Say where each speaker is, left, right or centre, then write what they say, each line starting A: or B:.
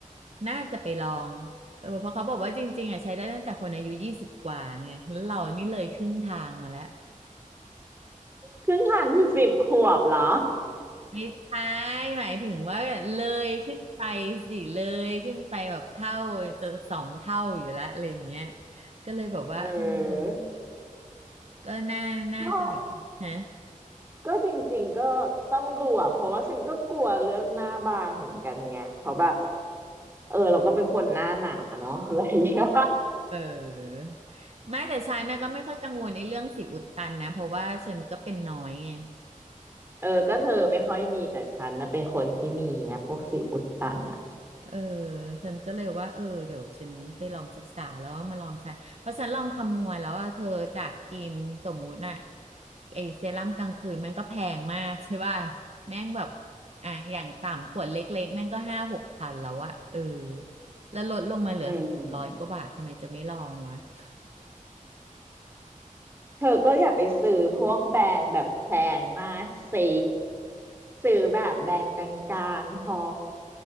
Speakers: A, on the right (about 50°); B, on the right (about 15°).
A: น่าจะไปลองเออเพราะเขาบอกว่าจริงๆอ่ะใช้ได้ตั้งแต่คนอายุยี่สิบกว่าไงแล้วเรานี่เลยครึ่งทางมาแล้ว
B: ครึ่งทางคือสิบขวบเหรอ
A: ไม่ใช่หมายถึงว่าเลยขึ้นไปสิเลยขึ้นไปแบบเท่าจะสองเท่าอยู่แล้วอะไรอย่างเงี้ยก็เลยแบบว่าเออ
B: <laughs> เ
A: ก็น่าน่าจะแบบนะ
B: ออ ก็จริงๆก็ต้องดูอ่ะเพราะว่าฉันก็กลัวเรื่องหน้าบางเหมือนกันไงเพราะแบบเออเราก็เป็นคนหน้าหนาเนาะ <laughs> อะไรอย่างเงี้ย
A: เออไม่แต่ฉันนะก็ไม่ค่อยกังวลไอ้เรื่องสิวอุดตันนะเพราะว่าฉันก็เป็นน้อยไง
B: <laughs> เออก็เธอไม่ค่อยมีแต่ฉันนะเป็นคนที่มีไงพวกสิวอุดตันอ่ะ
A: เออฉันก็เลยว่าเออเดี๋ยวฉันไปลองศึกษาแล้วว่ามาลองใช้เพราะฉันลองคำนวณแล้วว่าเธอจากครีมสมมุติน่ะไอเซรั่มกลางคืนแม่งก็แพงมากใช่ป่ะแม่งแบบอ่ะอย่างต่ำขวดเล็กๆแม่งก็ห้าหกพันแล้วอะเออแล้วลดลงมาเหลือสามร้อยกว่าบาททำไมจะไม่ลองวะ
B: อืม
A: <laughs>
B: เธอก็อย่าไปซื้อพวกแบรนด์แบบแพงมากสิซื้อแบบแบรนด์กลางๆพอ